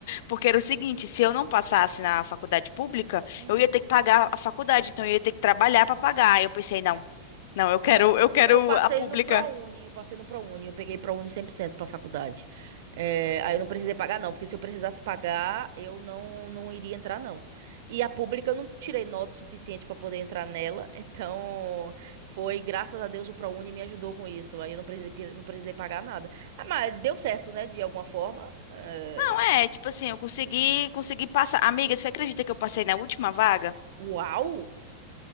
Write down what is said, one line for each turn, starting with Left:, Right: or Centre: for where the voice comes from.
Left: Porque era o seguinte, se eu não passasse na faculdade pública,
Right: Hum.
Left: eu ia ter que pagar a faculdade, então eu ia ter que trabalhar para pagar. Aí eu pensei, não, não, eu quero,
Right: Ah,
Left: eu quero
Right: eu passei
Left: a pública.
Right: no ProUni, eu passei no ProUni, eu peguei ProUni 100% pra faculdade. É, aí eu não precisei pagar não, porque se eu precisasse pagar, eu não não iria entrar não. E a pública eu não tirei nota suficiente pra poder entrar nela, <laughs> então foi graças a Deus o ProUni me ajudou com isso. Aí eu não precisei não precisei pagar nada. Ah, mas deu certo, né, de alguma forma. É,
Left: Não, é, tipo assim, eu consegui, consegui passar. Amiga, você acredita que eu passei na última vaga?
Right: uau.